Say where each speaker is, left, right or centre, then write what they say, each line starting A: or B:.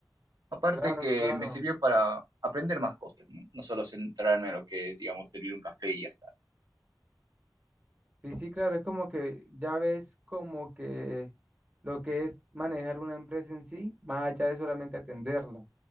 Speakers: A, on the right; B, on the right.
A: Aparte
B: Claro,
A: que
B: claro.
A: me sirvió para aprender más cosas, ¿no? No solo centrarme en lo que es, digamos, servir un café y ya está.
B: Sí, sí, claro, es como que ya ves como que lo que es manejar una empresa en sí, más allá de solamente atenderla.